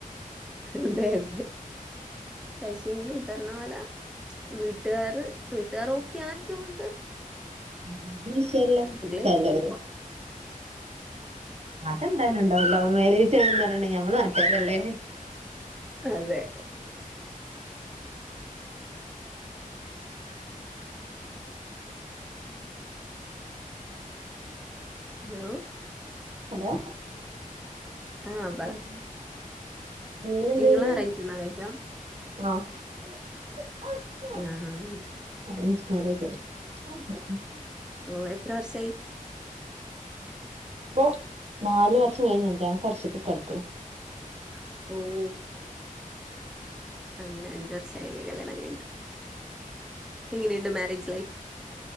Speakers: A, in the centre; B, on the right.
A: അതെ അതെ പക്ഷെങ്കില് ഈ പർഞ്ഞ പോല വീട്ടുകാര് വീട്ടുകാർ ഓക്കെയായതുകൊണ്ട്
B: അത് വിഷയല്ല ചെലോര്
A: ചെയ്തിന്
B: അതെന്താലും ഉണ്ടാവല്ലോ ലൗമേരേജ് പറഞ്ഞാ ഞമ്മള നാട്ടാരല്ലേ
A: അതെ ഹലോ
B: ഹലോ
A: ആഹ് പറ
B: പിന്ന മീനെന്തായ്യണേ
A: നിങ്ങള് അറേഞ്ച് മാരേജാ
B: ആഹ്‌
A: <inaudible>
B: അറേഞ്ച് മാരേജായിരുന്നു
A: ഓ എത്ര വർഷായി
B: പ്പോ നാല് വർഷം കഴിഞ്ഞ് അഞ്ചാമത്തെ വർഷത്തിൽ കട്ക്ക്ണ്
A: ഓഹ്‌ അങ്ങനെ അഞ്ച് വർഷായില്ലേ കല്യാണം കഴിഞ്ഞിട്ട് എങ്ങനെയുണ്ട് മാരേജ് ലൈഫ്